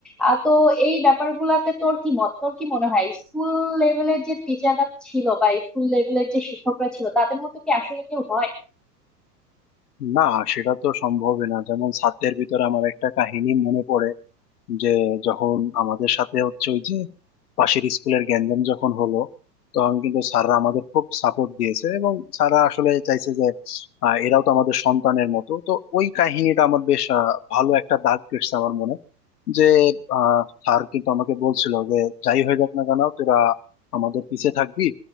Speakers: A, in the centre; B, on the left (about 65°).
A: আহ, তো এই ব্যাপারগুলাতে তোর কি মত তোর কি মনে হয় স্কুল লেভেলের যে টিচাররা ছিল বা স্কুল লেভেলের যে শিক্ষকরা ছিল তাদের মতো কি আসলে কেউ হয়
B: না সেটা তো সম্ভবই না যেমন ছাত্রের ভিতরে আমার একটা কাহিনী মনে পড়ে যে যখন আমাদের সাথে হচ্ছে ওই যে পাশের স্কুলের গ্যাঞ্জাম যখন হলো তখন কিন্তু স্যাররা আমাদের খুব সাপোর্ট দিয়েছে এবং স্যাররা আসলে চাইছে যে আহ, এরাও তো আমাদের সন্তানের মতো তো ওই কাহিনীটা আমার বেশ আহ, ভালো একটা দাগ কেটেছে আমার মনে যে আহ, স্যার কিন্তু আমাকে বলছিল যে যাই হয়ে যাক না কেন তোরা আমাদের পিছে থাকবি